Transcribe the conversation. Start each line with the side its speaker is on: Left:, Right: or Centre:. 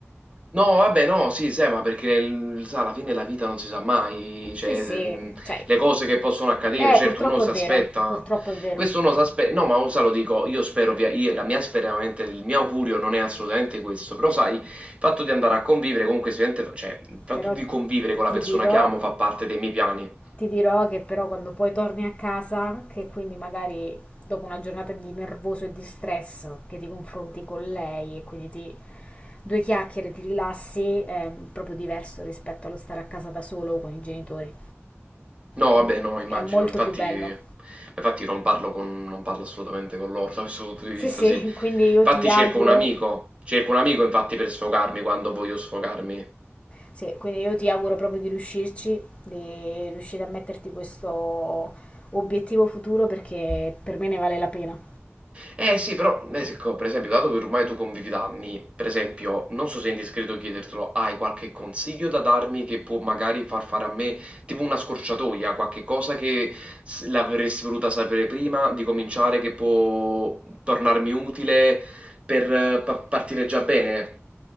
Right: No, vabbè, no, sì, sai, ma perché il- sa, alla fine la vita non si sa mai, cioè,
Left: Sì, sì,
Right: se- mh,
Left: cioè,
Right: le cose che possono accadere,
Left: eh,
Right: certo
Left: purtroppo
Right: uno si
Left: è vero,
Right: aspetta,
Left: purtroppo è vero,
Right: questo uno si aspetta, no, ma sa, lo dico, io spero, via, io- la mia speranza, il mio augurio non è assolutamente questo, però sai, il fatto di andare a convivere comunque, sicuramente, cioè, il fatto
Left: però
Right: di convivere con la
Left: ti
Right: persona
Left: dirò,
Right: che amo fa parte dei miei piani.
Left: ti dirò che però quando poi torni a casa, che quindi magari dopo una giornata di nervoso e di stress, che ti confronti con lei e quindi ti, due chiacchiere, ti rilassi, è proprio diverso rispetto allo stare a casa da solo con i genitori.
Right: No,
Left: È,
Right: vabbè, no, immagino,
Left: è molto
Right: infatti,
Left: più bello.
Right: infatti non parlo con, non parlo assolutamente con loro <laughs> da questo punto di vista,
Left: Sì, sì,
Right: sì.
Left: <laughs> quindi io
Right: Infatti
Left: ti auguro,
Right: cerco un amico, cerco un amico infatti per sfogarmi quando voglio sfogarmi.
Left: Sì, quindi io ti auguro proprio di riuscirci, di riuscire a metterti questo obiettivo futuro perché per me ne vale la pena.
Right: Eh sì, però, eh, se co- per esempio, dato che ormai tu convivi da anni, per esempio, non so se è indiscreto chiedertelo, hai qualche consiglio da darmi che può magari far fare a me tipo una scorciatoia, qualche cosa che s- l'avresti voluta sapere prima di cominciare, che può tornarmi utile per eh, pa- partire già bene?